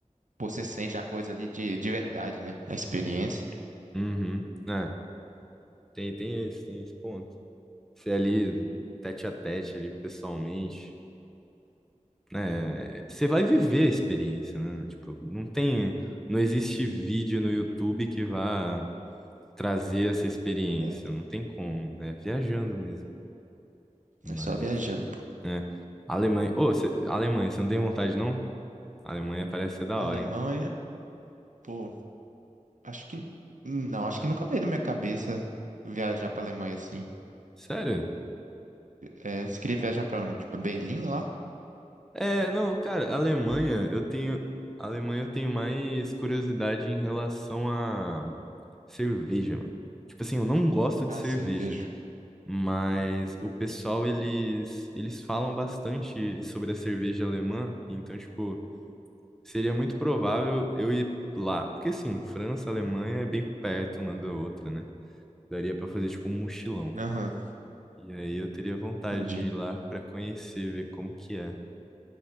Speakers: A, on the right; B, in the centre.
A: Pô, você sente a coisa ali de, de verdade, né? A experiência.
B: Uhum. É, tem, tem esse, tem esse ponto. Você ali, tete a tete ali pessoalmente, né? Você vai viver a experiência, né? Tipo, não tem. Não existe vídeo no YouTube que vá trazer essa experiência,
A: É,
B: não tem como. É viajando mesmo. Mas.
A: é só viajando. pô.
B: né? Alemanha. Ô, cê- Alemanha, você não tem vontade, não? Alemanha parece ser da
A: Alemanha,
B: hora, hein?
A: pô, acho que. Não, acho que nunca veio na minha cabeça viajar pra Alemanha assim.
B: Sério?
A: É, você queria viajar pra onde? Pra Berlim lá?
B: É, não, cara, Alemanha, eu tenho. Alemanha, eu tenho mais curiosidade em relação a cerveja, mano. Tipo assim, eu não gosto de
A: Ah,
B: cerveja,
A: cerveja.
B: mas o pessoal, eles, eles falam bastante sobre a cerveja alemã, então, tipo, seria muito provável eu ir lá, porque assim, França, Alemanha é bem perto uma da outra, né? Daria pra fazer, tipo, um mochilão.
A: Aham,
B: E aí eu teria vontade
A: entendi.
B: de ir lá pra conhecer, ver como que é.